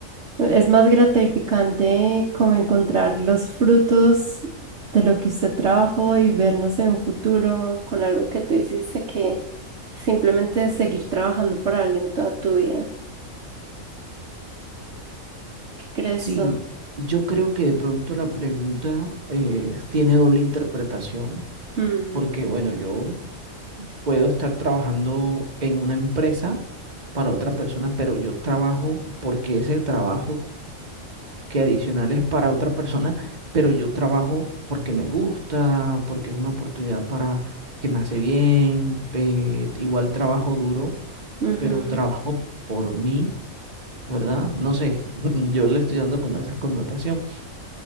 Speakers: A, on the right (about 55°); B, on the right (about 35°).
A: es más gratificante como encontrar los frutos de lo que usted trabajó y vernos en un futuro con algo que tú hiciste que simplemente seguir trabajando para alguien toda tu vida. ¿Qué crees
B: Sí,
A: tú?
B: yo creo que de pronto la pregunta eh, tiene doble interpretación,
A: Mm,
B: porque bueno, yo puedo estar trabajando en una empresa para otra persona, pero yo trabajo porque ese trabajo que adicionales para otra persona, pero yo trabajo porque me gusta, porque es una oportunidad para que me hace bien, pe- igual trabajo duro,
A: ujú.
B: pero trabajo por mí, ¿verdad? No sé, <laughs> yo le estoy dando como esa connotación,